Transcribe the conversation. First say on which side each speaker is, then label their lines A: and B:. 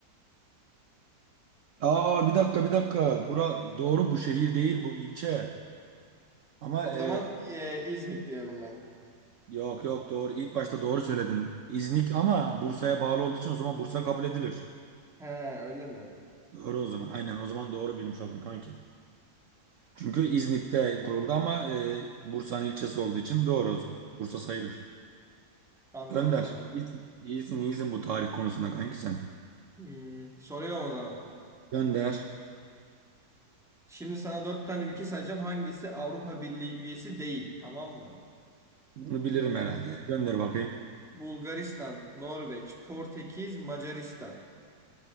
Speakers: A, on the right; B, in the centre.
A: Aa bir dakika bir dakika. Bura doğru bu şehir değil bu ilçe. Ama
B: O
A: e,
B: zaman e, İzmit diyorum ben.
A: yok yok doğru. İlk başta doğru söyledin. İznik ama Bursa'ya bağlı olduğu için o zaman Bursa kabul edilir.
B: He, öyle mi?
A: Doğru o zaman. Aynen o zaman doğru bilmiş oldun kanki. Çünkü İznik'te kuruldu ama e, Bursa'nın ilçesi olduğu için doğru o zaman. Bursa sayılır.
B: Anladım
A: Gönder.
B: anladım.
A: İyisin, iyisin, iyisin bu tarih konusunda kanki sen.
B: Hmm, soruyorum o zaman.
A: Gönder.
B: Şimdi sana dört tane ülke sayacağım. Hangisi Avrupa Birliği üyesi değil? Tamam mı?
A: Bunu bilirim
B: N-
A: herhalde ya. Gönder bakayım.
B: Bulgaristan, Norveç, Portekiz, Macaristan.